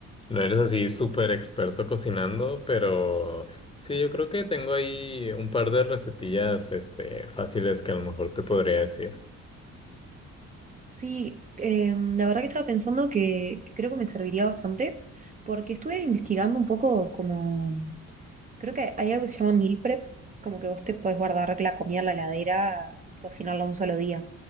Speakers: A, on the left; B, on the right.
A: no eres así súper experto cocinando, pero sí, yo creo que tengo ahí un par de recetillas, este, fáciles que a lo mejor te podría decir.
B: Sí, em, la verdad que estaba pensando que, que creo que me serviría bastante, porque estuve investigando un poco como, creo que hay algo que se llama meal prep, como que vos te podés guardar la comida en la heladera y cocinarla un solo día,